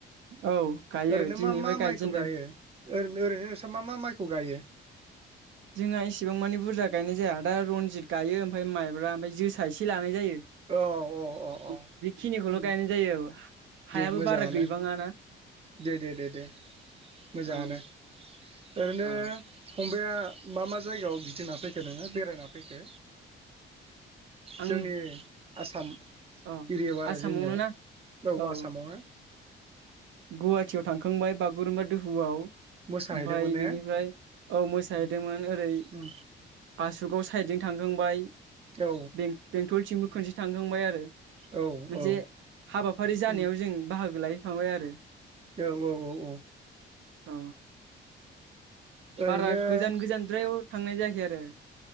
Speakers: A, on the right; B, on the right.
A: औ गायो
B: ओरैनो
A: दिनैनिफ्राय
B: मा मा माइखौ
A: गायजेनदों
B: गायो? ओरै ओरैनो नोंस्रा मा मा माइखौ गायो?
A: जोंहा इसेबां मानि बुरजा गायनाय जाया दा रनजित गायो ओमफ्राय माइब्रा ओमफ्राय जोसा एसे लानाय जायो।
B: औ औ अ अ
A: बेखिनिखौल'
B: उम
A: गायनाय जायो औ
B: दे
A: हायाबो
B: मोजाङानो
A: बारा गैबाङाना?
B: दे दे दे दे मोजाङानो
A: औ
B: ओरैनो
A: औ
B: फंबाया मा मा जाय जगायाव गिदिंना फैखो नोङो बेरायना फैखो?
A: आं
B: जोंनि आसाम
A: औ
B: एरियायाव आरो
A: आसामावनो
B: जोंनियाव
A: ना
B: बेयाव
A: औ
B: आसामावनो
A: गुवाहाटियाव थांखांबाय बागुरुम्बा दोहौआव।
B: मोसाहैदोंमोन
A: ओमफ्राय
B: ने
A: बिनिफ्राय औ मोसाहैदोंमोन ओरै
B: उम
A: बासुगाव साइदजों थांखांबाय।
B: औ
A: बें बेंथलथिंबो खनसे थांखांबाय आरो।
B: औ
A: मोनसे
B: औ
A: हाबाफारि जानायाव
B: उम
A: जों बाहागो लाहैफाबाय आरो।
B: औ औ औ औ।
A: औ।
B: ओरैनो
A: बारा गोजान गोजानद्रायाव थांनाय जायाखै आरो।